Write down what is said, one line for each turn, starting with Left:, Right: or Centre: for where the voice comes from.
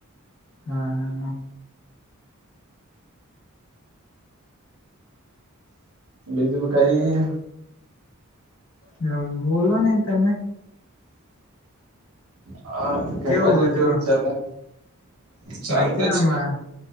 Left: હા
Right: બીજુ કઈ?
Left: હ બોલો ની તમે
Right: હા ઘર
Left: કેવું
Right: બાજુ
Left: બધું
Right: કેવુંક ચાલે? ચાલતો
Left: મજામાં
Right: છે